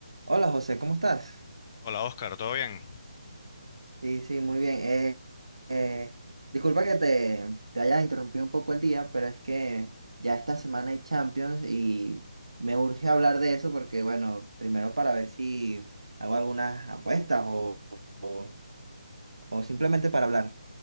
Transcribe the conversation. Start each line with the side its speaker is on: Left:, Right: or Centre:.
Right: Hola José, ¿cómo estás?
Left: Hola Oscar, ¿todo bien?
Right: Sí, sí, muy bien. Eh, eh, disculpa que te, te haya interrumpido un poco el día, pero es que ya esta semana hay Champions y me urge hablar de eso porque, bueno, primero para ver si hago algunas apuestas o, o- o simplemente para hablar.